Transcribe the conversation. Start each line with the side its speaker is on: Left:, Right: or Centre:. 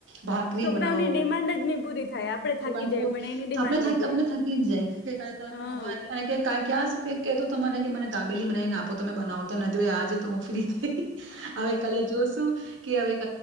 Right: ભાકરી
Left: છોકરાઓની
Right: બનાઓ.
Left: ડિમાન્ડ જ નહી પૂરી થાય આપડે
Right: નૂર
Left: થાકી જાય પણ એની ડિમાન્ડ
Right: આપને
Left: નહી
Right: આપને
Left: પૂરી થાય
Right: થાકી જ જાય કાલે ત
Left: હા
Right: પાાવભાજી અને ક્યાં તો તમા મને કે મને તાબેલી બનાવીને આપો તમે બનાવો. તો નથી ભાઈ આજે તો હું ફ્રી થઈ. હવે કાલે જોશું. કે હવે